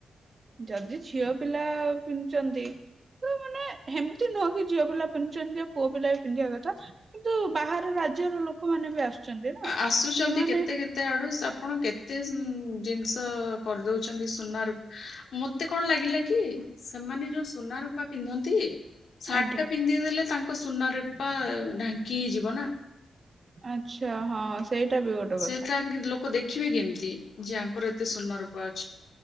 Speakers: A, on the right; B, on the left.
A: ଯଦି ଝିଅ ପିଲା ପିନ୍ଧୁଛନ୍ତି ତ ମାନେ ଏମିତି ନୁହଁ କି ଝିଅ ପିଲା ପିନ୍ଧୁଛନ୍ତି ଯେ ପୁଅ ପିଲା ବି ପିନ୍ଧିବା କଥା କିନ୍ତୁ ବାହାର ରାଜ୍ୟର ଲୋକମାନେ ବି ଆସୁଛନ୍ତି ନା
B: ଆସୁଛନ୍ତି
A: ସେମାନେ
B: କେତେ କେତେ ଆଡ଼ୁ ଷ ଆପଣ କେତେ ଏତେ ଉ ଜିନିଷ କରିଦଉଛନ୍ତି ସୁନା ରୂପା ମତେ କଣ ଲାଗିଲା କି ସେମାନେ ଯୋଉ ସୁନା ରୂପା ପିନ୍ଧନ୍ତି ସାର୍ଟ
A: ଆଜ୍ଞା
B: ଟା ପିନ୍ଧିଦେଲେ ତାଙ୍କ ସୁନା ରୂପା ଢାଙ୍କି ହେଇଯିବ ନା
A: ଆଛା ହଁ ସେଇଟା ବି ଗୋଟେ
B: ସେଟା
A: କଥା
B: ଲୋକ ଦେଖିବେ କେମିତି ଯେ ଆଙ୍କର ଏତେ ସୁନ ରୂପା ଅଛି